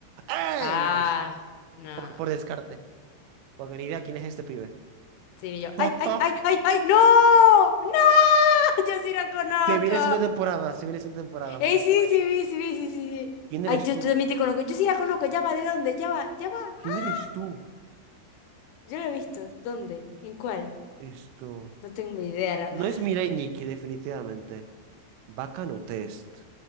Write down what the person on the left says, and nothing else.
Ah,
no.
Sí, y yo.
¡Ay, ay,
ay, ay, ay! ¡No! ¡No! <laughs> Yo sí la conozco.
Ey,
sí, sí, vi, sí, vi, sí, sí, sí.
Ay, yo,
yo también te conozco. Yo sí la conozco. Ya va, ¿de dónde? Ya va, ya va.
Ah,
yo la he visto. ¿Dónde? ¿En cuál?
No tengo idea. la-
ah,